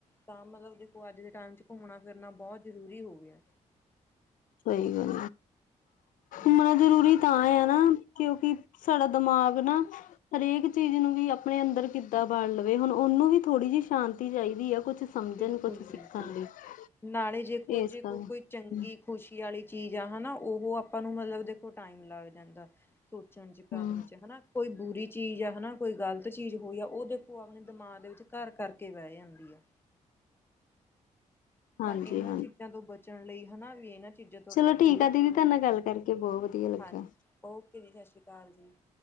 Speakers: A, on the left (about 15°); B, on the left (about 85°).
A: ਤਾਂ ਮਤਲਬ ਦੇਖੋ ਅੱਜ ਦੇ ਟਾਈਮ ਚ' ਘੁੰਮਣਾ- ਫਿਰਨਾ ਬਹੁਤ ਜ਼ਰੂਰੀ ਹੋ ਗਿਆ।
B: ਸਹੀ ਗੱਲ।
A: ਹਾਂਜੀ
B: ਮ ਜ਼ਰੂਰੀ ਤਾਂ ਹੈ ਨਾ, ਕਿਉਂਕਿ ਸਾਡਾ ਦਿਮਾਗ ਨਾ। ਹਰੇਕ ਚੀਜ਼ ਨੂੰ ਵੀ ਆਪਣੇ ਅੰਦਰ ਕਿੱਦਾਂ ਬਣ ਲਵੇ ਹੁਣ ਉਹਨੂੰ ਵੀ ਥੋੜ੍ਹੀ ਜਿਹੀ ਸ਼ਾਂਤੀ ਚਾਹੀਦੀ ਹੈ ਕੁਛ। ਸਮਝਣ
A: ਬਿਲਕੁਲ-
B: ਕੁਛ
A: ਬਿਲਕੁਲ।
B: ਸਿੱਖਣ ਲਈ
A: ਨਾਲੇ ਜੇ ਕੋੋ
B: ਇਸ
A: ਜੇ
B: ਕਰਕੇ
A: ਕੋਈ ਕੋਈ ਚੰਗੀ ਖੁਸ਼ੀ ਵਾਲੀ ਚੀਜ਼ ਆ ਹਨਾ। ਉਹ ਆਪਾਂ ਨੂੰ ਮਤਲਬ ਦੇਖੋ ਟਾਈਮ ਲੱਗ ਜਾਂਦਾ। ਸੋਚਣ ਚ' ਕਰਨ
B: ਹਮ
A: ਚ' ਹਨਾ ਕੋਈ ਬੁਰੀ ਚੀਜ਼ ਆ ਹਨਾ। ਕੋਈ ਗ਼ਲਤ ਚੀਜ਼ ਹੋਈ ਆ ਉਹ ਦੇਖੋ ਆਪਣੇ ਦਿਮਾਗ ਦੇ ਵਿੱਚ ਘਰ ਕਰਕੇ ਬਹਿ ਜਾਂਦੀ ਆ। ਤਾਂ
B: ਹਾਂਜੀ
A: ਇਹਨਾਂ
B: ਹਾਂਜੀ
A: ਚੀਜ਼ਾਂ ਤੋਂ ਬਚਣ ਲਈ ਹਨਾ ਵੀ ਇਹਨਾਂ ਚੀਜ਼ਾਂ ਤੋਂ ਆਪਾਂ
B: ਚਲੋ
A: ਦੂਰ
B: ਠੀਕ ਆ
A: ਰਹੀਏ
B: ਦੀਦੀ ਤੁਹਾਡੇ ਨਾਲ ਗੱਲ ਕਰਕੇ ਬਹੁਤ ਵਧੀਆ ਲੱਗਾ।
A: ਹਾਂਜੀ ਓਕੇ ਜੀ ਸਤਿ ਸ਼੍ਰੀ ਅਕਾਲ ਜੀ।